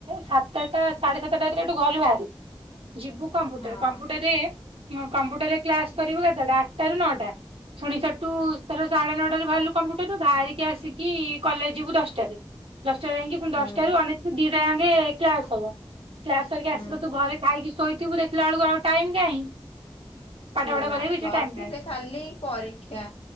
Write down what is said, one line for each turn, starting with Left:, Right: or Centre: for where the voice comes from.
Right: ସାତଟା ସାଢେ ସାତଟାରେ ଏଠୁ ଘରୁ ବାହାରିବି। ଯିବୁ କମ୍ପୁଟର
Left: ହଁ
Right: କମ୍ପୁଟରେ ହଁ କମ୍ପ୍ୟୁଟରରେ କ୍ଲାସ କରିବୁ କେତେଟା ଆଠ ଟାରୁ ନଅଟା। ପୁଣି ସେଠୁ ଧର ସାଢେ ନଅଟାରେ ବାହାରିଲୁ କମ୍ପ୍ୟୁଟରରୁ ବାହାରିକି ଆସିକି କଲେଜ ଯିବୁ ଦଶଟାରେ। ଦଶଟାରେ ଯାଇକି ପୁଣି ଦଶଟାରୁ
Left: ହୁଁ
Right: ଅନେଇଥିବୁ ଦିଇଟା ଯାକେ କ୍ଲାସ ହବ, କ୍ଲାସ ସରିକି
Left: ହୁଁ।
Right: ଆସିବୁ ତୁ ଘରେ ଖାଇକି ଶୋଇଥିବୁ ଦେଖିଲା ବେଳକୁ ଆଉ ଟାଇମ୍ କାହିଁ। ପାଠ
Left: ସେଇଆା
Right: ପାଠ କରିବାକୁ
Left: ପ୍ଲସ
Right: କିଛି ଟାଇମ
Left: ଥ୍ରୀ
Right: କାହିଁ
Left: ସେ ଖାଲି ପରୀକ୍ଷା